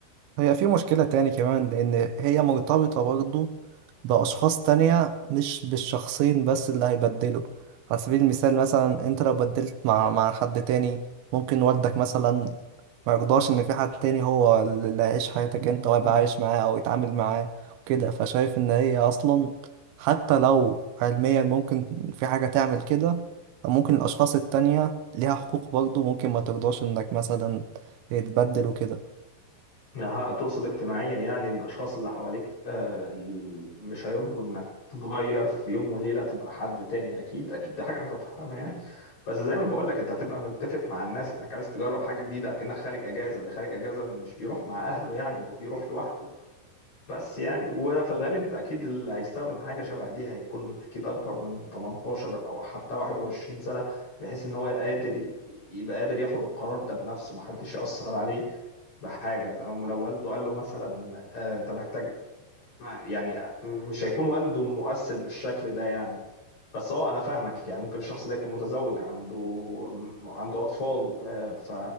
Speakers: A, on the right (about 80°); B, on the left (about 35°).
A: هي في مشكلة تاني كمان لأن هي مرتبطة برضو بأشخاص تانية مش بالشخصين بس اللي هيبدلوا على سبيل المثال مثلا أنت لو بدلت مع مع حد تاني ممكن والدك مثلا ما يرضاش إن في حد تاني هو اللي هيعيش حياتك أنت ويبقى عايش معاه أو يتعامل معاه وكده فشايف إن هي أصلا حتى لو علميا ممكن في حاجة تعمل كده ممكن الأشخاص التانية ليها حقوق برضو ممكن ما ترضاش إنك مثلا يتبدل وكده
B: أها تقصد اجتماعيا يعني ان الاشخاص اللي حواليك آه، ال- مش هيرضوا انك تتغير في يوم وليله تبقى حد تاني اكيد اكيد دي حاجه متفهمه يعني بس زي ما بقول لك انت هتبقى متفق مع الناس انك عايز تجرب حاجه جديده اكنك خارج اجازه اللي خارج اجازه مش بيروح مع اهله يعني هو بيروح لوحده بس يعني وفي الغالب اكيد اللي هيستخدم حاجه شبه دي هيكون اكيد اكبر من 18 او حتى 21 سنه بحيث ان هو قادر يبقى قادر ياخد القرار ده بنفسه محدش ياثر عليه بحاجة تمام ولو والده قال له مثلا آه، انت محتاج يعني مش هيكون والده مؤثر بالشكل ده يعني بس اه انا فاهمك يعني ممكن الشخص ده يكون متزوج عنده عنده اطفال آه، ف